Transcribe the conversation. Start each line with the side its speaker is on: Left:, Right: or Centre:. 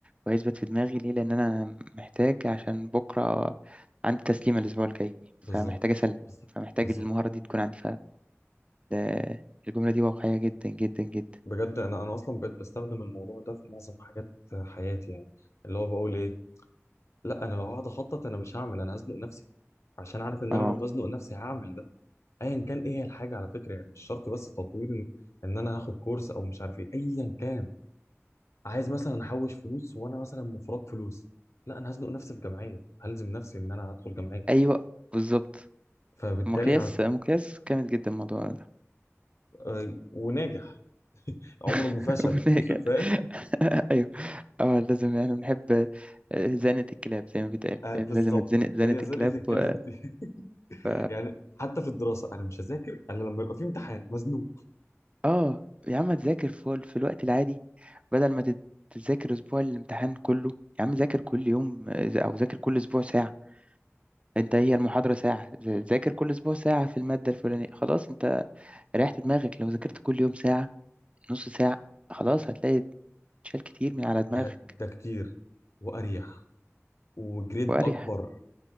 Right: ويثبت في دماغي ليه لان انا محتاج عشان بكرة عندي تسليمة الاسبوع الجاي فمحتاج
Left: بالظبط
Right: اسلم
Left: بالظبط
Right: فمحتاج
Left: بالظبط
Right: المهارة دي تكون عندي فالجملة دي واقعية جدا جدا جدا
Left: بجد انا انا اصلا بقيت بستخدم الموضوع ده في معظم حاجات حياتي يعني اللي هو بقول ايه لا انا لو هقعد اخطط انا مش هعمل انا هزنق نفسي عشان عارف ان
Right: اه
Left: انا لما ازنق نفسي هعمل ده ايا كان ايه هي الحاجه على فكره يعني مش شرط بس تطوير ان إن انا هاخد كورس او مش عارف ايه ايا كان عايز مثلا احوش فلوس وانا مثلا مفرط فلوس لا انا هزنق نفسي في جمعيه هلزم نفسي ان انا هدخل جمعيه
Right: ايوه بالظبط
Left: فبالتالي
Right: مقياس
Left: هت...
Right: مقياس جامد جدا الموضوع ده
Left: آه، وناجح عمره ما
Right: <laughs>
Left: فشل
Right: وناجح
Left: <laughs> فاهم
Right: <laughs> ايوه اه لازم يعني بنحب آه، زنة الكلاب زي ما بيتقال
Left: آه،
Right: يعني
Left: بالظبط
Right: لازم اتزنق زنة
Left: هي زنقه
Right: الكلاب
Left: الكلام
Right: و...
Left: دي <laughs>
Right: ف...
Left: يعني حتى في الدراسه انا مش هذاكر الا لما يبقى في امتحان مزنوق
Right: اه يا عم تذاكر في في الوقت العادي بدل ما تت- تذاكر اسبوع الامتحان كله يا عم ذاكر كل يوم آه، او ذاكر كل اسبوع ساعة انت إيه هي المحاضرة ساعة ذاكر كل اسبوع ساعة في المادة الفلانية خلاص انت ريحت دماغك لو ذاكرت كل يوم ساعة نص ساعة خلاص هتلاقي شال كتير من على دماغك
Left: ده ده كتير واريح وجريد
Right: وأريح
Left: اكبر